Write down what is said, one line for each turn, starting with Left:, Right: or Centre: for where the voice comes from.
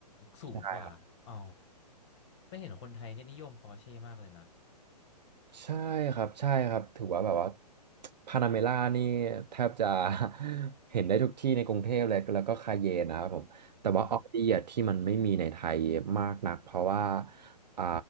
Left: สูงกว่าอ๋อ
Right: ใช่ครับ
Left: แต่เห็นคนไทยเนี่ยนิยมปอร์เช่มากเลยนะ
Right: ใช่ครับใช่ครับถือว่าแบบว่าพานาเมล่านี่แทบจะ <laughs> เห็นได้ทุกที่ในกรุงเทพเลยแล้วก็คาเยนนะครับผมแต่ว่าออดี้อะที่มันไม่มีในไทยมากนักเพราะว่า
Left: ครับ
Right: อ่า